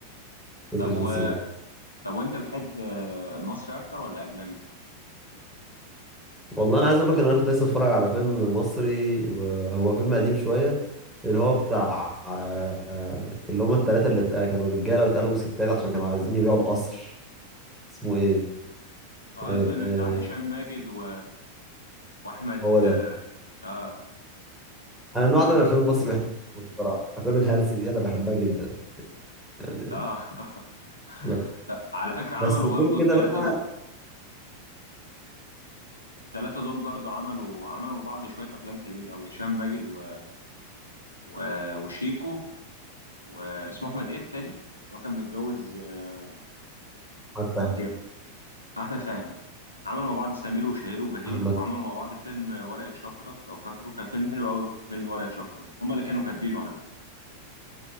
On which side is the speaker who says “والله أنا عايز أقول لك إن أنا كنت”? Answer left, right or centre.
Centre